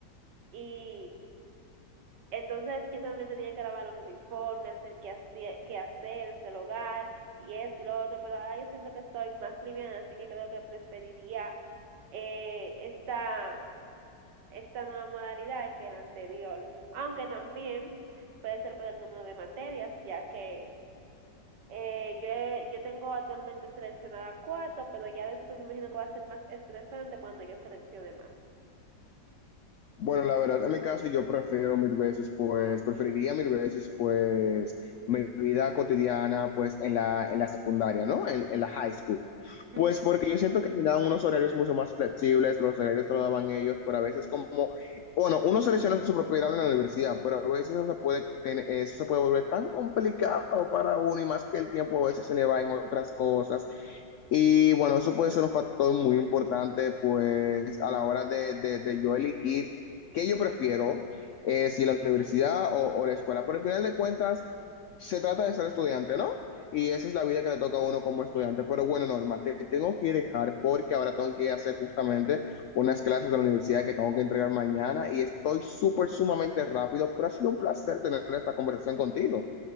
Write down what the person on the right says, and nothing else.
y entonces yo también tenía que lavar un uniforme, hacer qué hacer, qué hacer desde el hogar y esto y lo otro, pero ahora yo siento que estoy más liviana, así que creo que preferiría eh, esta, esta nueva modalidad que la anterior, aunque también puede ser por el número de materias, ya que eh, yo, he- yo tengo actualmente seleccionada cuatro, pero ya después me imagino que va a ser más estresante cuando yo seleccione más.
Ujú.